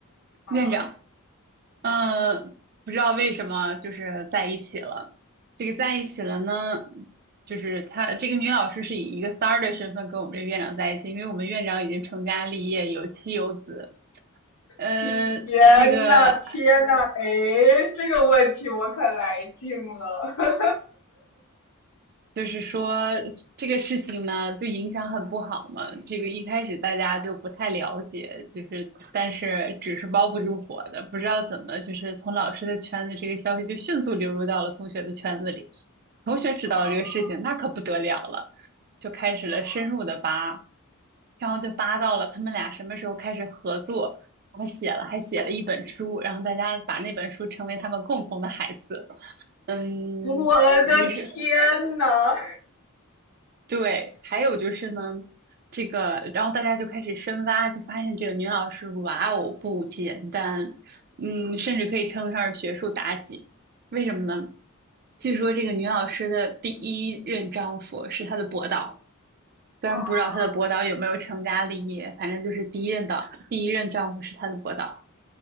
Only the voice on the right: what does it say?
院长，嗯，不知道为什么就是在一起了。这个在一起了呢，就是她这个女老师是以一个三儿的身份跟我们这院长在一起，因为我们院长已经成家立业，有妻有子。呃，
这个
就是说这个事情呢，就影响很不好嘛。这个一开始大家就不太了解，就是但是纸是包不住火的，不知道怎么就是从老师的圈子，这个消息就迅速流入到了同学的圈子里。同学知道了这个事情，
那可不得了了，就开始了深入的扒，
然后就扒到了他们俩什么时候开始合作，还写了还写了一本书，然后大家把那本书称为他们共同的孩子。嗯，
于是对，还有就是呢，这个，然后大家就开始深挖，就发现这个女老师，哇哦，不简单，嗯，甚至可以称得上是学术妲己。为什么呢？据说这个女老师的第一任丈夫是她的博导，虽然不知道她的博导有没有成家立业，
反正就是第一任的，第一任丈夫是她的博导。